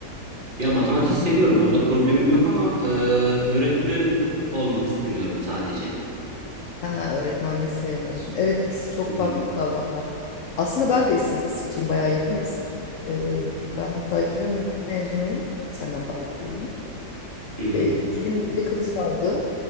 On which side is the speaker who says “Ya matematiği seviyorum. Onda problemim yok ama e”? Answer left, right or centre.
Right